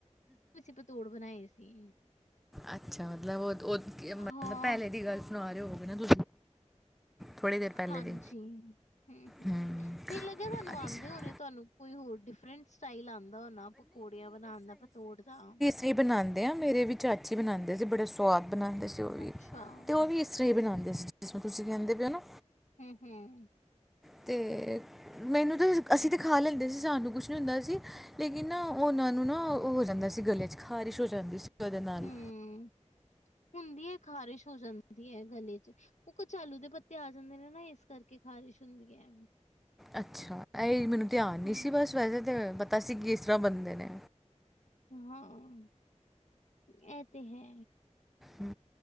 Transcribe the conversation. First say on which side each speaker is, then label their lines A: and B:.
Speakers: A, on the left; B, in the centre.
A: ਤੁਸੀਂ ਪਤੋੜ ਬਣਾਏ ਸੀ।
B: ਅੱਛਾ ਮਤਲਬ ਉਹ ਮਤਲਬ
A: ਹਾਂ
B: ਪਹਿਲੇ ਦੀ ਗੱਲ ਸੁਣਾ ਰਹੇ ਹੋਗੇ ਨਾ <inaudible> ਥੋੜੀ ਦੇਰ ਪਹਿਲੇ
A: ਹਾਂਜੀ
B: ਦੀ
A: ਹੁ-ਹੁ। ਮੈਨੂੰ
B: ਹੂੰ
A: ਲੱਗਿਆ ਤੁਹਾਨੂੰ
B: ਅੱਛਾ
A: ਆਂਦੇ ਹੋਣੇ ਤੁਹਾਨੂੰ ਕੋਈ ਹੋਰ ਡਿਫਰੈਂਸ ਸਟਾਈਲ ਆਦਾ ਹੋਦਾ ਪਕੌੜੀਆਂ ਬਣਾਉਣ ਦਾ ਪਤੋੜ ਦਾ।
B: ਇਹ ਬਣਾਉਂਦੇ ਆ ਮੇਰੇ ਵੀ ਚਾਚੀ ਬਣਾਉਂਦੇ ਸੀ ਬੜਾ ਸਵਾਦ ਬਣਾਉਂਦੇ ਸੀ ਉਹ ਵੀ
A: ਅੱਛਾ, ਹੂੰ-ਹੂੰ,
B: ਤੇ ਉਹ ਵੀ ਅਸੀਂ ਵੀ ਬਣਾਉਦੇ ਸੀ ਜਿਸਰਾ ਤੁਸੀ ਕਹਿੰਦੇ ਪਏ ਹੋ ਨਾ।
A: ਹ-ਹ
B: ਅਤੇ ਮੈਨੂੰ ਤਾ ਅਸੀ ਤਾ ਖਾ ਲੈਂਦੇ ਸੀ ਸਾਨੂੰ ਕੁਛ ਨੀ ਹੁੰਦਾ ਸੀ। ਲੇਕਿਨ ਨਾ ਉਹਨਾਂ ਨੂੰ ਨਾ ਹੋ ਜਾਂਦਾ ਸੀ ਗੱਲੇ ਚ ਖ਼ਾਰਿਸ਼ ਹੋ ਜਾਂਦੀ ਸੀ। ਉਹਦੇ ਨਾਲ
A: ਹੁ ਹੁੰਦੀ ਹੈ ਖ਼ਾਰਿਸ਼ ਹੋ ਜਾਂਦੀ ਹੈ ਗਲੇ ਚ। ਉਹ ਕਚਾਲੂ ਦੇ ਪੱਤੇ ਆ ਜਾਂਦੇ ਨੇ ਨਾ ਇਸ ਕਰਕੇ ਖ਼ਾਰਿਸ਼ ਹੁੰਦੀ ਹੈ।
B: ਅੱਛਾ ਇਹਹੀ ਮੈਨੂੰ ਧਿਆਨ ਨਹੀਂ
A: ਹੂੰ,
B: ਸੀ ਬਸ ਵੈਸੇ ਤਾਂ ਪਤਾ ਸੀ ਕਿਸ ਤਰ੍ਹਾ ਬਣਦੇ ਨੇ।
A: ਹਾਂ ਇਹ ਤੇ ਹੈ।
B: ਹੁ